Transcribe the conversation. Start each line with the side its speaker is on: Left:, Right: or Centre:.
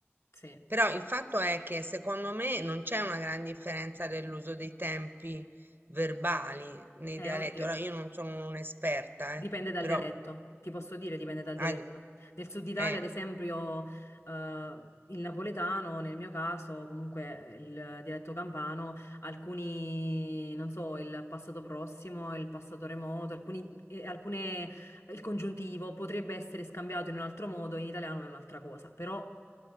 Left: sì,
Right: però il fatto è che secondo me non c'è una gran differenza dell'uso dei tempi verbali nei
Left: eh,
Right: dialetti.
Left: oddio.
Right: Ora io non sono un'esperta, eh,
Left: Dipende dal
Right: però
Left: dialetto, ti posso dire, dipende dal dialetto.
Right: ah,
Left: Nel sud Italia,
Right: eh,
Left: ad esempio, eh, il napoletano, nel mio caso, comunque eh, il dialetto campano, alcuni, non so, il passato prossimo, il passato remoto, alcuni, eh, alcune, il congiuntivo potrebbe essere scambiato in un altro modo, in italiano è un'altra cosa, però